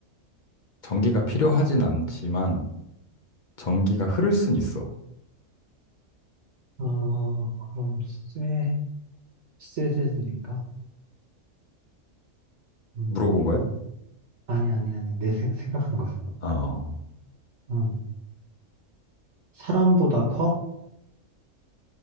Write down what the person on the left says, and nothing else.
전기가 필요하진 않지만 전기가 흐를 순 있어.
물어본 거야?
어,